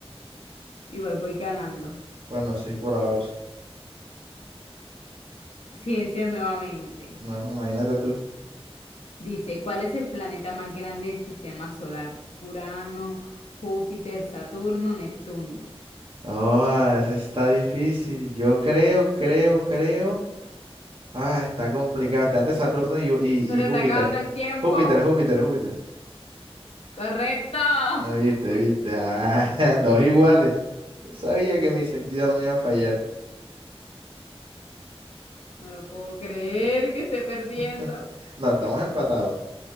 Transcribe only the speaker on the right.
Bueno, sí, por ahora.
Bueno, imagínate tú.
Oh, ese está difícil. Yo creo, creo, creo. Ah, está complicado. Está entre Saturno y, Ju- y,
y Júpiter.
Júpiter, Júpiter, Júpiter.
Ah, Viste, viste. Ah, <laughs> dos iguales. Yo sabía que mi sentido no me iba a fallar.
<laughs> No, estamos empatados.